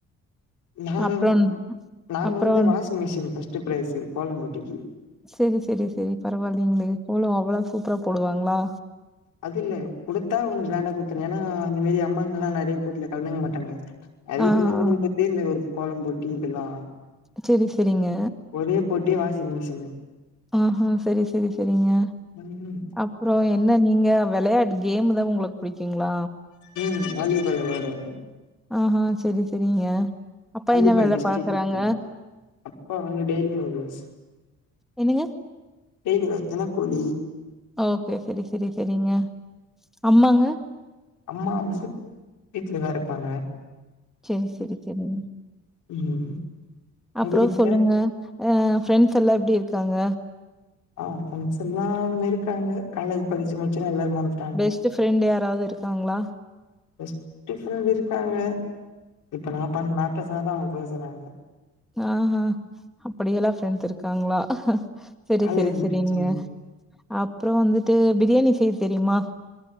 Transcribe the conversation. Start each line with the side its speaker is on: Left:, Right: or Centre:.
Left: நாங்க
Centre: அப்றம்
Left: நாங்க
Centre: அப்றோ
Left: வந்து
Centre: வந்
Left: வாஷிங் மிஷின் ஃபஸ்ட்டு ப்ரைஸு கோலம் போட்டிக்கி
Centre: செரி செரி செரி பரவாலிங்லே கோலோ அவ்வளோ சூப்பரா போடுவாங்ளா
Left: அது இல்ல குடுத்தா ஒண்ணு கிராண்டா குத்துன்னு ஏன்னா இந் இந்மாரி அம்மாங்கல்லா நெறைய போட்டில கலந்துக்க மாட்டாங்க அதிகமா
Centre: ஆ,
Left: கூட்டும்போத்தே
Centre: ஆ.
Left: இல்ல இது ஒரு கோலம் போட்டி இதுக்குதா
Centre: செரி செரிங்க
Left: ஒரே போட்டி வாஷிங் மிஷினு
Centre: ஆஹா செரி செரி செரிங்க
Left: ம்
Centre: அப்புறோ என்ன நீங்க வெளயா இந்த கேம் எதாவ் உங்களுக்கு பிடிக்குங்க
Left: ம் வாலி பால் வெளயாடுவ
Centre: ஆஹா செரி செரிங்க அப்பா
Left: வாலிபால்
Centre: என்ன வேல
Left: டிஸ்ட்ரிக்ட்
Centre: பாக்குறாங்க
Left: அப்பா வந்து டெய்லி வேஜஸ்
Centre: என்னங்க
Left: டெய்லி வே தினக்கூலி
Centre: ஓகே செரி செரி செரிங்க அம்மாங்க
Left: அம்மா வந்து வீட்லதா இருப்பாங்க
Centre: செரி செரி செரிங்க
Left: ம்
Centre: அப்பறோ
Left: உங்க வீட்ல
Centre: சொல்லுங்க ஆ ஃப்ரெண்ஸ் எல்லா எப்டி இருக்காங்க
Left: ஆ ப்ரெண்ஸெல்லா இருக்காங்க காலேஜ் படிச்சி முட்ச்சது எல்லாரு மறந்து
Centre: பெஸ்ட்டு ஃப்ரெண்டு யாராவ்து இருக்காங்ளா
Left: பெஸ்ட்டு ஃப்ரெண்டு இருக்காங்க இப்ப நா பண் நா பேசுன தா அவுங்க பேசுறாங்க
Centre: ஆ ஆ அப்படியெல்லா ஃப்ரெண்ஸ் இருக்காங்களா செரி
Left: காலேஜ்
Centre: செரி செரிங்க
Left: முடிச்சோனே
Centre: அப்றோ வந்துட்டு பிரியாணி செய்ய தெரியுமா